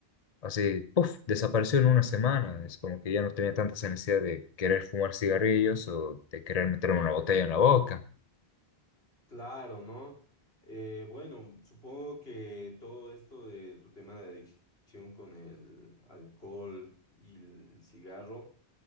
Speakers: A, on the left (about 40°); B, on the left (about 75°).
A: así, puff, desapareció en una semana. Es como que ya no tenía tanta esa necesidad de querer fumar cigarrillos o de querer meterme una botella en la boca.
B: claro, ¿no? Eh, bueno, supongo que todo esto de tu tema de adicción con el alcohol y el cigarro